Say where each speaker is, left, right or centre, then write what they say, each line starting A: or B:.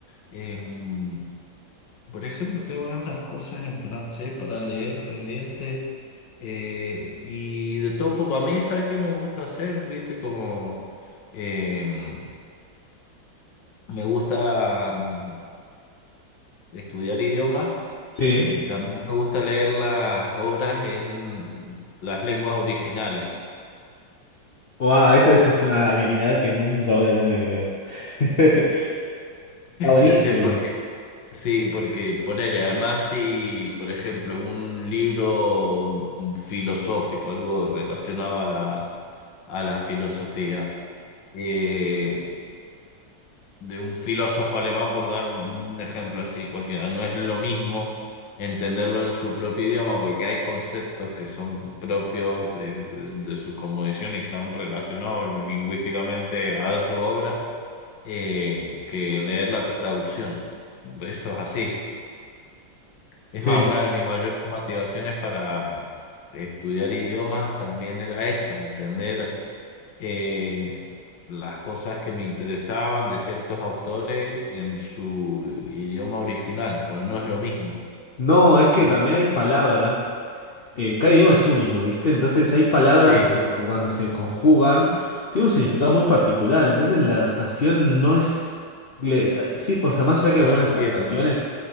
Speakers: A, on the left; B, on the left.
A: Em, por ejemplo, tengo unas cosas en francés para leer pendientes. eh, y de todo un poco, a mí, ¿sabes qué me gusta hacer? ¿Viste? Como em, me gusta mm, estudiar idiomas.
B: sí.
A: eh, también me gusta leer las obras en las lenguas originales.
B: Wow, esa, esa es una habilidad que nunca voy a tener, creo. <laughs> Está buenísimo.
A: Yo sé porque, sí, porque ponele, además si, por ejemplo, es un libro filosófico, algo relacionado a la, a la filosofía, eh, de un filósofo alemán, por dar un ejemplo así cualquiera. No es lo mismo entenderlo en su propio idioma porque hay conceptos que son propios de, de, de su cosmovisión y están relacionados lingüísticamente a su obra eh, que leer la traducción. Eso es así. Es
B: Sí.
A: más, una de mis mayores motivaciones para estudiar idiomas también era esa, entender eh, las cosas que me interesaban de ciertos autores en su idioma original, porque no es lo mismo.
B: No, es que
A: Eh,
B: también hay palabras. eh, cada idioma es único, ¿viste? Entonces hay palabras
A: sí,
B: que se- cuando se conjugan tienen un significado muy particular. Entonces la adaptación no es. le- eh, sí, o sea, más allá que
A: no
B: buenas
A: es fiel.
B: adaptaciones,